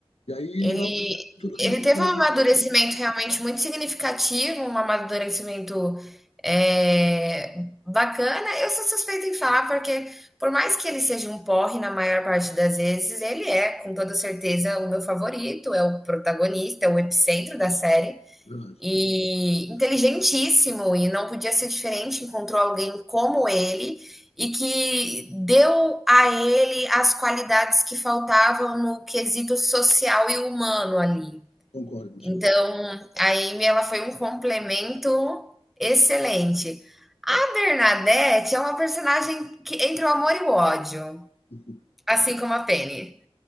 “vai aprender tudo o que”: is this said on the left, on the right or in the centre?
Left